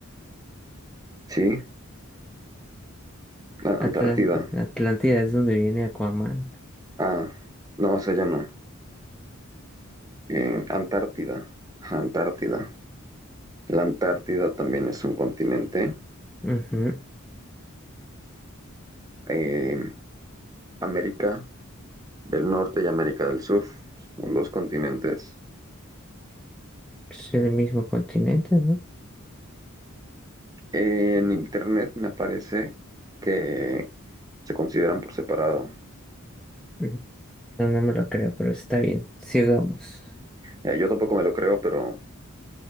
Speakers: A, on the right (about 15°); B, in the centre.
A: sí, la Antártida.
B: Atlan- Atlántida es donde viene Aquaman.
A: Ah, no, o sea, ya no. Eh, Antártida. Ajá, Antártida. La Antártida también es un continente.
B: Ujú,
A: Eh, América. del Norte y América del Sur, son dos continentes.
B: Es el mismo continente, ¿no?
A: En internet me parece que se consideran por separado.
B: Ujú. No, no me lo creo, pero está bien. Sigamos.
A: Eh, yo tampoco me lo creo, pero